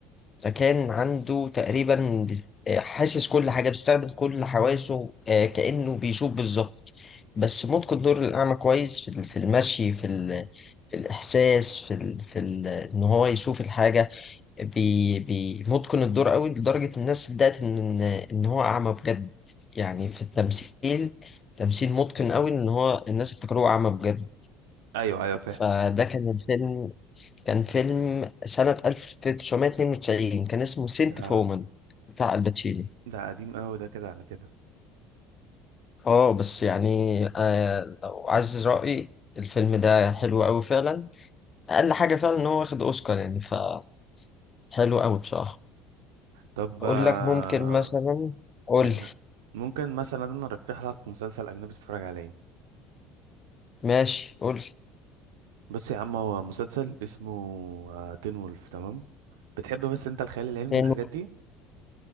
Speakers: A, on the left; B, on the right.
A: فكان عنده تقريبا آه، حاسس كل حاجة بيستخدم كل حواسه آه، كأنه بيشوف بالظبط بس ممكن الدور الأعمى كويس في ال- في المشي في ال... في الإحساس في ال... في ال... إن هو يشوف الحاجة بي... بي... متقن الدور قوي لدرجة الناس صدقت إن إن هو أعمى بجد يعني في التمثيل تمثيل متقن قوي إن هو الناس افتكروه أعمى بجد
B: ايوه ايوه فاهم
A: فده كان الفيلم كان فيلم سنة 1992 كان اسمه سنت
B: ده
A: فومان بتاع الباتشينو
B: ده قديم قوي ده كده على كده
A: اه بس يعني آه لو عايز رأيي الفيلم ده حلو قوي فعلا أقل حاجة فعلا إن هو واخد أوسكار يعني فحلو قوي بصراحة
B: طب
A: أقول
B: آه...
A: لك ممكن مثلا قول
B: تمام
A: لي
B: ممكن مثلا انا ارشح لك مسلسل اجنبي تتفرج عليه
A: ماشي قول لي
B: بص يا عم هو مسلسل اسمه آه، تين وولف تمام بتحب بس انت الخيال العلمي
A: فين؟
B: والحاجات دي